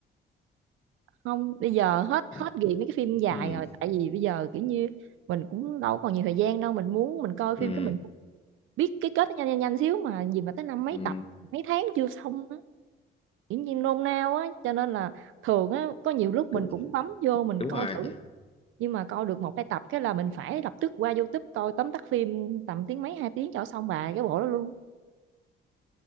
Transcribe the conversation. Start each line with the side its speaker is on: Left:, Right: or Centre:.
Right: không bây giờ hết
Left: ừ.
Right: hết nghiện mấy cái phim dài
Left: ừ
Right: rồi tại vì bây giờ kiểu như mình cũng đâu còn nhiều thời gian đâu mình muốn mình coi phim
Left: ừ
Right: cái mình biết cái kết nó nhanh nhanh nhanh xíu mà gì mà tới năm mấy
Left: ừ
Right: tập mấy tháng chưa xong á kiểu như nôn nao á cho nên là thường á có nhiều lúc
Left: cũng
Right: mình
Left: vậy.
Right: cũng bấm vô mình
Left: đúng
Right: coi
Left: rồi
Right: thử nhưng mà coi được một hai tập cái là mình phải lập tức qua YouTube coi tóm tắt phim tầm tiếng mấy hai tiếng cho xong bài cái bộ đó luôn